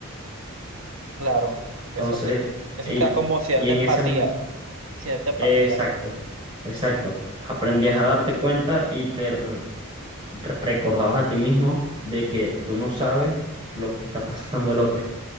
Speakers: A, on the right; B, on the right.
A: claro.
B: Entonces,
A: Eso te, eso
B: y,
A: te da como cierta
B: y en
A: empatía.
B: ese... m-
A: Cierta empatía.
B: eh, exacto, exacto.
A: Sí.
B: Aprendías a darte cuenta y te r- recordabas a ti mismo de que tú no sabes lo que está pasando el otro.